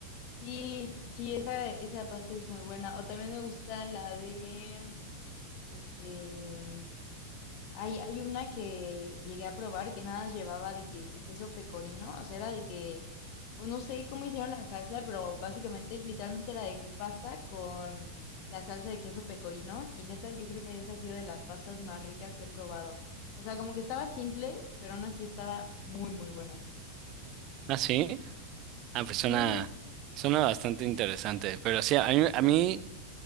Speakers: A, on the left (about 45°); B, on the right (about 35°).
A: Sí, sí, esa, esa pasta es muy buena. O también me gusta la de, este, hay, hay una que llegué a probar que nada más llevaba de que queso pecorino, o sea, era de que, pues no sé cómo hicieron la salsa, pero básicamente, literalmente era de que pasta con la salsa de queso pecorino. Y neta, yo creo que esa ha sido de las pastas más ricas que he probado. O sea, como que estaba simple, pero aún así estaba muy, muy buena.
B: ¿Ah, sí? Ah, pues suena,
A: Sí,
B: suena bastante interesante. Pero sí, a mí, a mí